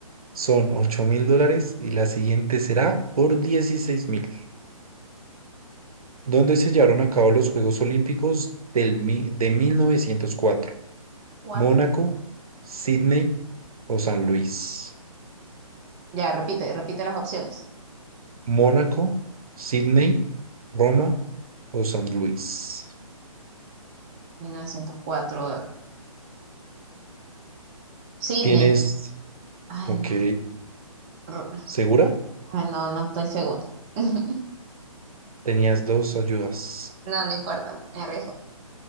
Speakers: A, on the right; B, on the right.
A: son ocho mil dólares y la siguiente será por dieciséis mil, ¿Dónde se llevaron a cabo los Juegos Olímpicos del, mi- de 1904?
B: cuatro.
A: Mónaco, Sydney o San Luis.
B: Ya, repite, repite las opciones.
A: Mónaco, Sydney, Roma o San Luis.
B: 1904, eh, Sydney.
A: Tienes,
B: Ay,
A: ok,
B: no. R-
A: ¿segura?
B: Ay, no, no estoy segura. <laughs>
A: Tenías dos ayudas.
B: No, no importa, me arriesgo.